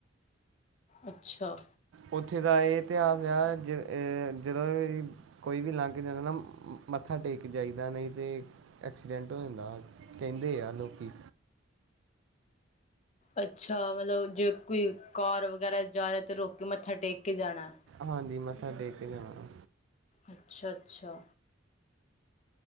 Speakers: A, on the left; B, on the right.
A: ਅੱਛਾ
B: ਉੱਥੇ ਦਾ ਇਹ ਇਤਿਹਾਸ ਆ ਜ ਜਦੋਂ ਵੀ ਕੋਈ ਵੀ ਲੰਘ ਕੇ ਜਾਂਦਾ ਨਾ ਮੱਥਾ ਟੇਕ ਜਾਈਦਾ ਨਹੀਂ ਤੇ ਐਕਸੀਡੈਂਟ ਹੋ ਜਾਂਦਾ, ਕਹਿੰਦੇ ਆ ਲੋਕੀ
A: ਅੱਛਾ, ਮਤਲਬ ਜੇ ਕੋਈ ਕਾਰ ਵਗੈਰਾ ਜਾਏ ਤੇ ਰੋ ਕੇ ਮੱਥਾ ਟੇਕ ਕੇ ਜਾਣਾ
B: ਹਾਂਜੀ ਮੱਥਾ ਟੇਕ ਕੇ ਜਾਣਾ ਵ
A: ਅੱਛਾ, ਅੱਛਾ